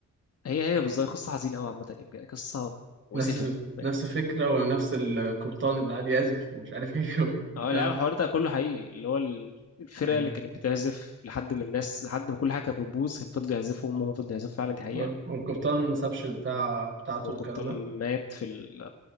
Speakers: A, on the left; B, on the right.
A: هي هي بالظبط قصه حزينه قوي عامه يعني بجد قصه مؤسفه
B: نفس <laughs>
A: فاهم
B: نفس الفكرة ونفس القبطان اللي قاعد يعزف ومش عارف ايه <laughs> والكلام
A: اه لا
B: ده
A: الحوار ده كله حقيقي اللي هو ال- الفرقه
B: يعني
A: اللي كانت بتعزف لحد من الناس لحد ما كل حاجه كانت بتبوظ كان فضلوا يعزفوا هم هم فضلوا يعزفوا فعلا دي حقيقه
B: وال- والقبطان ما سابش البتاع بتاعته
A: والقبطان
B: والكلام ده
A: مات في ال...